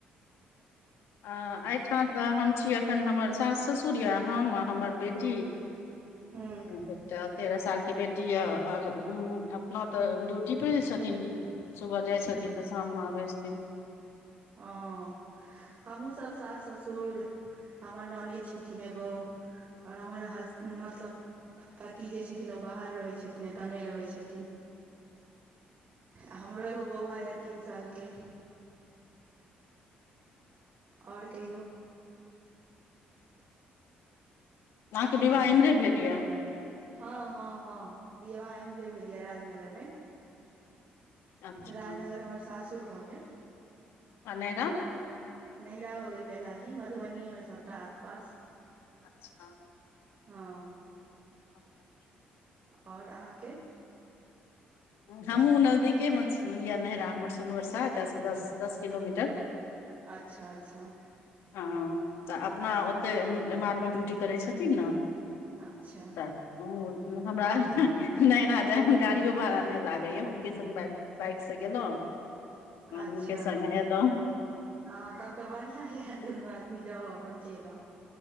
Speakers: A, on the left (about 75°); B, on the right (about 50°).
A: आ एहिठाम तऽ हम छी एखन हमर सास ससुर यए हम आ हमर बेटी
B: ह
A: हं एकटा तेरह साल के बेटी यऽ आर अपना तऽ ड्यूटी पड़ रहै छथिन सुबह जाइ छथिन तऽ शाम मे आबै छथिन
B: अओ हमहूँ सभ सास ससुर हमर ननदि छथिन एगो आओर हमर हस मतलब पति जे छथिन ओ बाहर रहै छथिन एतय नहि रहै छथिन आ हमरो एगो बौआ यए तीन सालके आओर कहियौ
A: अहाँके विवाह
B: हेलो
A: एम्हरे भेल य
B: हँ हँ हँ विवाह एम्हरे भेल ये राजनगर मे
A: अच्छा
B: राजनगर हमर सासुर भऽ गेल
A: आ नैयरा
B: नहिरा भ गेल बेलाही मधुबनिएमे सभटा आसपास
A: अच्छा
B: हँ
A: <unintelligible>
B: और अहाँके
A: हमहुँ नजदीके मे या नैहरा हमर सुोनवरसा एतयसँ दस दस किलोमीटर
B: अच्छा अच्छा
A: हँ तऽ अपना ओते एम् आर मे ड्यूटी करैत छथिन ने
B: अच्छा
A: तऽ ओ हमरा ह ह्ह नहिरा जाय में गाड़ियो भाड़ा नहि लागैया हुनके संगमे बाइक से गेलौं आ
B: अच्छा
A: हुनके संगे एलौं
B: हँ तब तऽ बढ़ियां या दुनू आदमी जाउ अपन चलि आउ